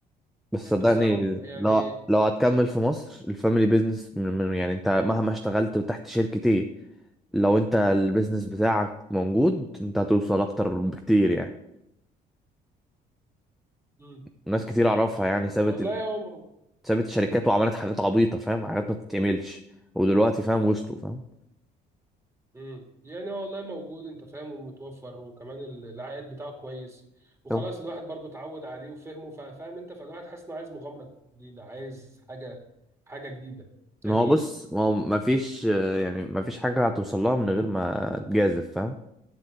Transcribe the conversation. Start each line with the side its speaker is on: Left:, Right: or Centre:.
Centre: بس
Right: بس
Centre: صدقني
Right: اهو يعني
Centre: لو لو هتكمل في مصر الفاميلي بيزنس من من- يعني انت مهما اشتغلت تحت شركة ايه لو انت البيزنس بتاعك موجود انت هتوصل اكتر بكتير يعني
Right: مم.
Centre: وناس كتير اعرفها يعني سابت
Right: والله
Centre: ال...
Right: هو مم.
Centre: سابت الشركات وعملت حاجات عبيطة فاهم حاجات ما تتعملش ودلوقتي فاهم وصلوا فاهم
Right: امم يعني هو والله موجود انت فاهم ومتوفر وكمان ال- العائد بتاعه كويس وخلاص
Centre: أهو.
Right: الواحد برضو اتعود عليه وفهمه فاهم انت فالواحد حاسس انه عايز مغامره جديده عايز حاجه حاجه جديده تغيير
Centre: ما هو بص ما هو ما فيش يعني ما فيش حاجة هتوصل لها من غير ما تجازف فاهم